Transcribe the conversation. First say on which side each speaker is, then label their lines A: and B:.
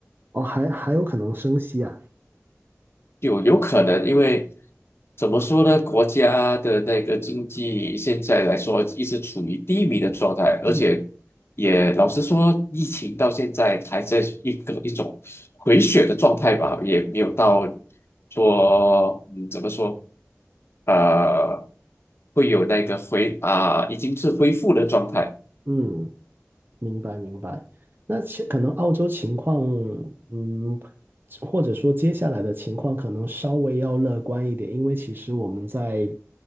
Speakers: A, on the right (about 45°); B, on the left (about 55°).
A: 哦，还还有可能升息啊。
B: 有有可能，因为怎么说呢，国家的那个经济现在来说一直处于低迷的状态，而且
A: 嗯，
B: 也老实说，疫情到现在还在一个一种回血的状态吧，也没有到说嗯怎么说，啊？会有那个回啊、已经是恢复的状态。
A: 嗯。明白明白，那其可能澳洲情况，嗯，或者说接下来的情况可能稍微要乐观一点，因为其实我们在